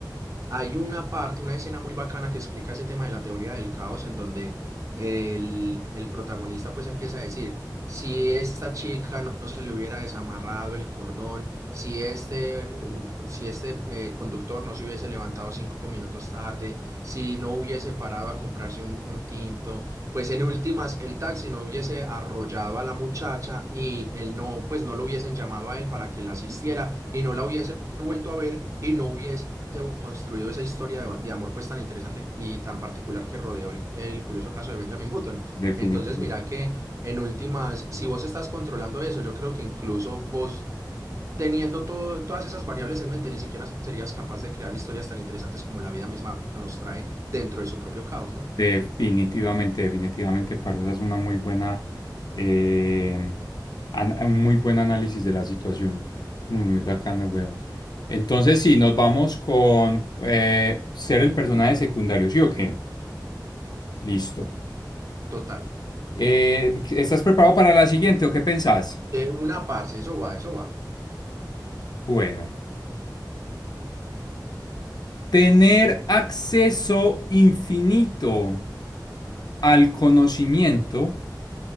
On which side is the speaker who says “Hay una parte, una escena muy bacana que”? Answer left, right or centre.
Right